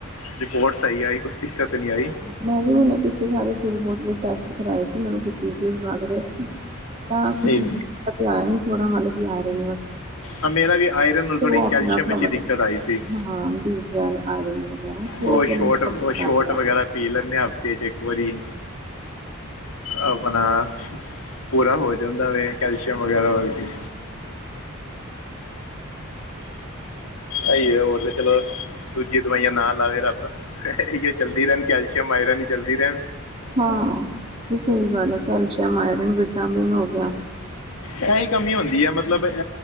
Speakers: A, on the left; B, on the right.
A: ਰਿਪੋਰਟਸ ਆਈ ਕੁ <unintelligible>
B: ਮੈਂ ਵੀ ਹੁਣ <unintelligible> <unintelligible> ਟੈਸਟ ਕਰਵਾਏ ਸੀ ਮੈਨੂੰ ਕੁਛ ਲਗ ਰਹੇ ਸੀ ਤਾਂ ਕੁਛ
A: ਨਹੀਂ
B: <unintelligible> <unintelligible>
A: ਆ ਮੇਰਾ ਵੀ ਆਇਰਨ ਨਾਲ ਥੋੜੀ ਕੈਲਸ਼ੀਅਮ ਵਿੱਚ ਹੀ ਦਿੱਕਤ ਆਈ ਸੀ
B: <unintelligible>
A: ਉਹ ਸ਼ੋਟ ਉਹ ਸ਼ੋਟ ਵਗੈਰਾ ਪੀ ਲੈਂਨੇ ਆ, ਹਫ਼ਤੇ ਚ ਇੱਕ ਵਾਰੀ ਆਪਣਾ ਪੂਰਾ ਹੋ ਜਾਂਦਾ ਵੇ, ਕੈਲਸ਼ੀਅਮ ਵਗੈਰਾ ਵਰਗੀ। ਅਈਏ ਹੋਰ ਤੇ ਚਲੋ ਦੂਜੀ ਦਵਾਈਆਂ ਨਾ ਲਾਵੇ ਰੱਬ, ਐਹੀਓ ਚੱਲਦੀ ਰਹਿਣ, ਕੈਲਸ਼ੀਅਮ ਆਇਰਨ ਹੀ ਚੱਲਦੀ ਰਹਿਣ
B: ਹਾਂ ਇਹ ਸਹੀ ਗੱਲ ਹੈ ਕੈਲਸ਼ੀਅਮ ਆਇਰਨ ਵਿਟਾਮਿਨ ਹੋ ਗਿਆ
A: ਐਹੀ ਕਮੀਆ ਹੁ ਡੀ ਏ ਮਤਲਬ ਇਹ